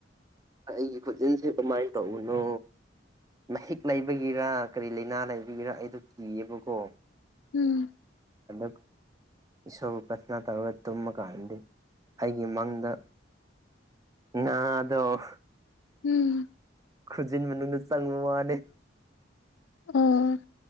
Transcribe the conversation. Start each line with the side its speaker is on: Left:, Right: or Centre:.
Right: ꯑ ꯑꯩꯒꯤ ꯈꯨꯖꯤꯤꯟꯁꯦ ꯀꯃꯥꯏꯅ ꯇꯧꯕꯅꯣ ꯃꯍꯤꯛ ꯂꯩꯕꯒꯤꯔ ꯀꯔꯤ ꯂꯩꯥꯏꯅꯥ ꯂꯩꯕꯒꯤꯔ ꯑꯩꯗꯣ ꯀꯤꯌꯦꯕꯀꯣ
Left: ꯎꯝ
Right: ꯑꯗꯛ ꯏꯁꯣꯔꯕꯨ ꯄꯊꯅꯥ ꯇꯧꯔꯒ ꯇꯨꯝꯃ ꯀꯥꯟꯗꯤ ꯑꯩꯒꯤ ꯃꯪꯗ ꯅꯗꯣ
Left: ꯎꯝ
Right: ꯈꯨꯖꯤꯟ ꯃꯅꯨꯡꯗ ꯆꯪꯕ ꯃꯥꯅꯤ
Left: ꯑꯣ